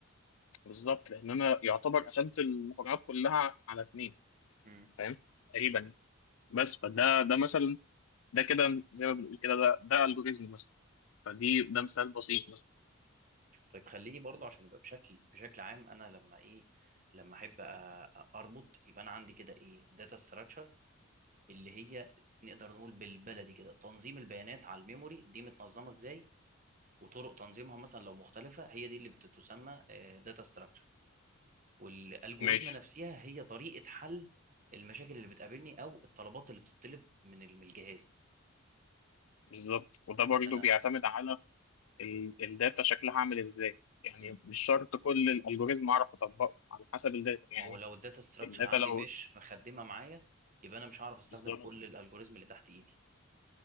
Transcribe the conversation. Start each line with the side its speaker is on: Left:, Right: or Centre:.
Left: بالظبط لان انا يعتبر قسمت المقارنات كلها على اتنين
Right: م.
Left: فاهم تقريبا يعني. بس فده ده مثلا ده كده زي ما بنقول كده ده ده الجوريزم مثلا فدي ده مثال بسيط مثلا
Right: طيب خليني برضه عشان يبقى بشكل بشكل عام انا لما ايه لما احب أ- أ- اربط يبقى انا عندي كده ايه داتا ستراكشر اللي هي نقدر نقول بالبلدي كده تنظيم البيانات على الميموري دي متنظمه ازاي وطرق تنظيمها مثلا لو مختلفه هي دي اللي بتتسمى داتا ستراكشر والالجوريزم
Left: ماشي
Right: نفسها هي طريقه حل المشاكل اللي بتقابلني او الطلبات اللي بتطلب من ال- من الجهاز
Left: بالظبط وده برضه
Right: إن انا
Left: بيعتمد على ال- الداتا شكلها عامل ازاي يعني
Right: مم.
Left: مش شرط كل الالجوريزم اعرف اطبقه على حسب الداتا يعني
Right: ما هو لو الداتا ستراكشر
Left: الداتا
Right: عندي
Left: لو
Right: مش مخدمه معايا يبقى انا مش هعرف استخدم
Left: بالظبط
Right: كل الالجوريزم اللي تحت ايدي